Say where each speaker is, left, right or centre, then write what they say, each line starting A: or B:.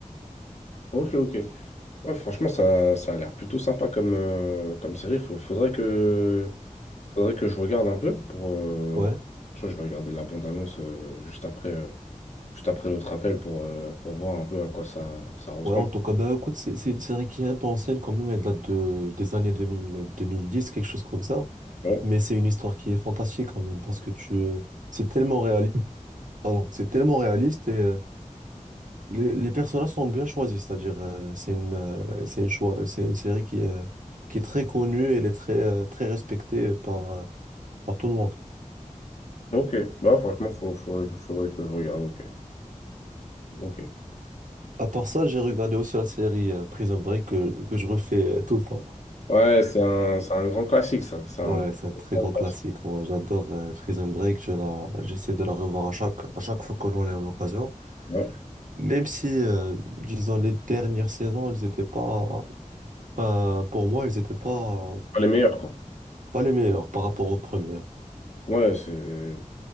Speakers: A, on the left; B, on the right.
A: Ok, ok. Ouais, franchement, ça, ça a l'air plutôt sympa comme, euh, comme série. Faut- faudrait que, Faudrait que je regarde un peu pour. euh,
B: Ouais.
A: Je je vais regarder la bande-annonce euh, juste après, euh, juste après notre appel pour, euh, pour voir un peu à quoi ça, ça ressemble.
B: Ouais, en tout cas, bah, écoute, c'est c'est une série qui est un peu ancienne quand même, elle date de, des années 2000, 2010, quelque chose comme ça.
A: Ouais.
B: Mais c'est une histoire qui est fantastique quand même, parce que tu, c'est tellement réaliste, pardon, c'est tellement réaliste et euh, les, les personnages sont bien choisis, c'est-à-dire euh, c'est une, euh, c'est une choix, c'est une série qui est, qui est très connue et elle est très, euh, très respectée par, euh, par tout le monde.
A: Ok, bah franchement, faut, faudrait, faudrait que je regarde. Ok, ok.
B: À part ça, j'ai regardé aussi la série euh, Prison Break que, que je refais euh, tout le temps.
A: Ouais, c'est un, c'est un grand classique, ça. C'est un
B: Ouais, c'est un très
A: grand
B: grand
A: classique.
B: classique. Moi, j'adore euh, Prison Break. Je la, j'essaie de la revoir à chaque, à chaque fois que j'en ai l'occasion.
A: Ouais.
B: Même si, euh, disons, les dernières saisons, elles étaient pas, enfin, pour moi, elles étaient pas,
A: Pas les meilleurs, quoi.
B: pas les meilleures par rapport aux premières.
A: Ouais, c'est